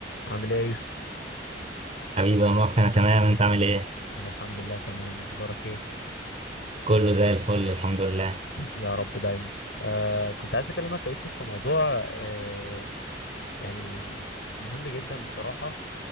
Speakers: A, on the left; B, on the right.
A: عامل ايه يا يوسف؟
B: حبيبي يا مروان انا تمام انت عامل ايه؟
A: أنا الحمد لله تمام، أخبارك ايه؟
B: كله زي الفل الحمد لله
A: يا رب دايما. آه كنت عايز أكلمك يا يوسف في موضوع آه يعني مهم جدا بصراحة